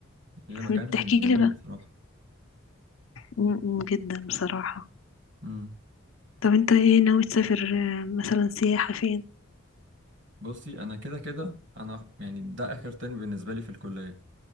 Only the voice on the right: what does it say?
هي مكان
جميل
بصراحه
امم
بصي انا كده كده انا يعني ده اخر ترم بالنسبه لي في الكليه